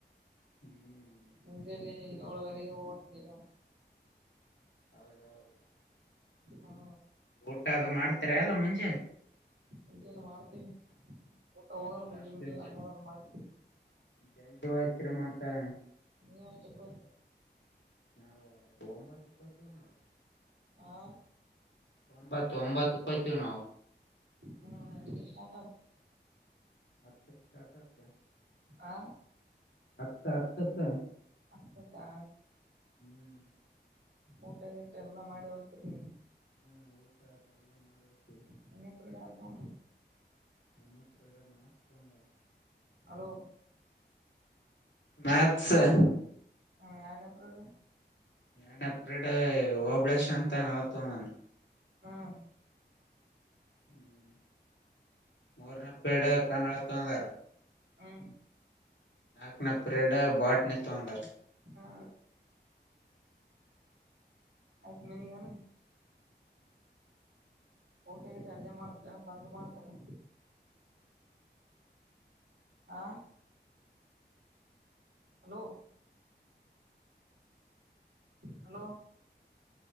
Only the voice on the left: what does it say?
ಹ್ಮ್
ಹೌದೌದು.
ಊಟ ಅದು ಮಾಡ್ತರ್ಯ ಇಲ್ಲ ಮುಂಜಲಿ.
ಎಲ್ಲ
ಅಷ್ಟು
ಜಲ್ದಿ ವಯತ್ರಿ ಮತ್ತಾ.
ನಾವು ಒಂಬತ್ತುಕ್ಕ ಓತೀವಿ ನೋಡು.
ಒಂಬತ್ತು ಒಂಬತ್ತುಕೋಯ್ತೀವಿ ನಾವು.
ಹತ್ತುಕ್ಷಾಟ್ ಆತ್ದ
ಹತ್ತು ಹತ್ತುಕ್ಕ.
ಹ್ಮ್
ಹ್ಮ ಊಟ ಅದೆಲ್ಲ ಮಾಡೋತಿವಿ.
ಮನ್ನೆ ಪಿರಡ ಮ್ಯಾಥ್ಸ್ ತೋಂದಳ.
maths maths.
ಏನಪ್ರಡ ಹಓಬಳೇಶ್ ಅಂತನ್ ಅವತ ನಾನನ್.
ಹ್ಮ್ ಮೂರನ ಪೇಡ ಕನ್ನಡ ತಂದಾರ
ಆಕ್ನ ಪ್ರ್ರೀಡ ಬಾಟ್ ನಿ ತೊಂದರು.